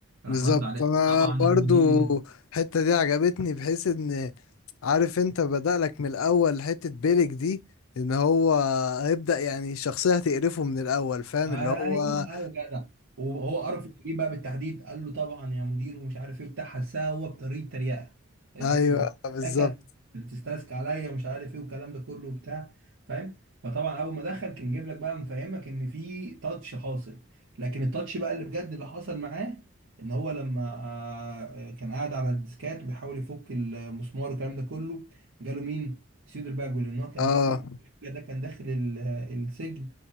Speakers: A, on the right (about 70°); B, on the left (about 80°).
A: راح
B: بالظبط
A: رد عليه
B: انا
A: طبعا
B: برضو
A: المدير
B: الحته دي عجبتني بحيث ان عارف انت بدأ لك من الاول حته بيلك دي ان هو هيبدأ يعني الشخصيه هتقرفه من الاول فاهم
A: ايوه
B: اللي هو
A: ايوه جدع وهو عرف في ايه بقى بالتحديد قال له طبعا يا مدير ومش عارف ايه بتاع حسها هو بطريقه تريقه قال
B: ايوه
A: له انت بتستسكى
B: بالظبط
A: بتستسكى عليا ومش عارف ايه والكلام ده كله وبتاع فاهم فطبعا اول ما دخل كان جايب لك بقى مفهمك ان في تاتش حاصل لكن التاتش بقى اللي بجد اللي حصل معاه ان هو لما آه، كان قاعد على الديسكات وبيحاول يفك المسمار والكلام ده كله جاله مين سيودر باجول ان هو كان
B: اه
A: مجرم ده كان داخل ال- آه، السجن